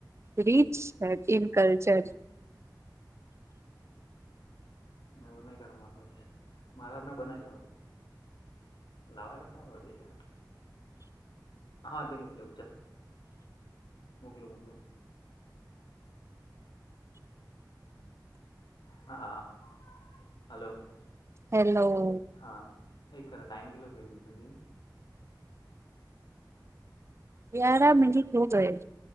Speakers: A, on the right; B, on the left.
A: રીચ હે ઇન કલ્ચર
B: મે બનાવી કઢ માર મારા મેં બનાવી લેવા તું લાવય તો ખાવાનું એટલે હા તે મુકયુ ચાલ મોકલુ મોકલુ. <inaudible> હા હલો.
A: હેલો.
B: હા એક ખરા ટાઈમ કેટલો થયો છે જોજે
A: ગ્યારા મિનિટ હો ગયો.